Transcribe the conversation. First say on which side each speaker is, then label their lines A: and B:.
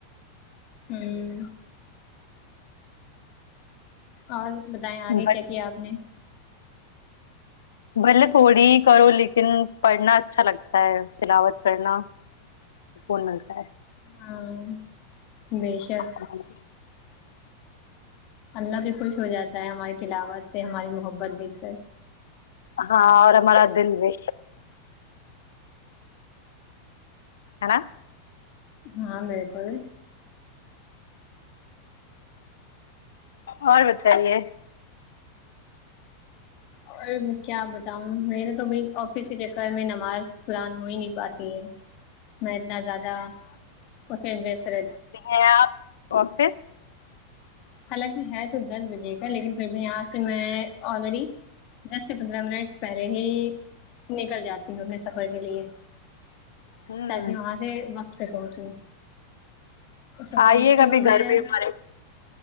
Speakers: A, on the left; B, on the left.
A: ہمم اور بتائیں آگے
B: بٹ
A: کیا کیا آپ نے
B: بھلے تھوڑی ہی کرو لیکن پڑھنا اچھا لگتا ہے تلاوت کرنا سکون ملتا ہے
A: ہاں بے شک
B: ہاں
A: اللہ بھی خوش ہو جاتا ہے ہماری تلاوت سے ہماری محبت دل سے
B: ہاں اور ہمارا دل بھی ہے نا
A: ہاں بالکل
B: اور بتائیے
A: اور میں کیا بتاؤں میرے تو بھائی آفس کے چکر میں نماز قرآن ہو ہی نہیں پاتی ہے میں اتنا زیادہ اس ب <unintelligible> <unintelligible> ی رہتا
B: ہے آپ آفس
A: حالانکہ ہے تو دس بجے کا لیکن پھر بھی یہاں سے میں آلریڈی دس سے پندرہ منٹ پہلے ہی نکل جاتی ہوں اپنے سفر کے لیے
B: ہوں
A: تاکہ وہاں سے وقت پہ پہنچو صبح
B: آئیے
A: اٹھتی
B: گا
A: ہوں
B: بھی
A: میں
B: گھر بھی ہمارے